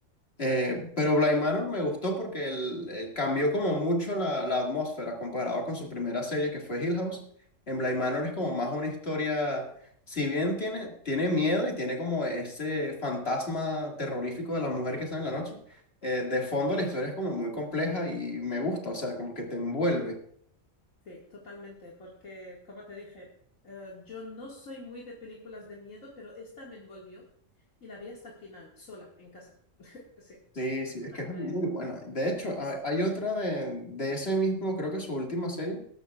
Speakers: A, on the left; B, on the left.
A: Eh, pero Bly Manor me gustó porque el- el cambió como mucho la, la atmósfera comparado con su primera serie que fue Hill House. En Bly
B: Ujú.
A: Manor es como más una historia, si bien tiene, tiene miedo y tiene como ese fantasma terrorífico de la mujer que sale en la noche, eh, de fondo la historia es como muy compleja y me gusta, o sea, como que te envuelve.
B: Sí, totalmente, porque como te dije, eh, yo no soy muy de películas de miedo, pero esta me envolvió y la vi hasta el final, sola, en casa. <laughs> Sí.
A: Sí, sí,
B: Esta
A: es que es
B: fue...
A: muy buena. De hecho, ha-
B: sí.
A: hay otra de, de ese mismo, creo que su última serie,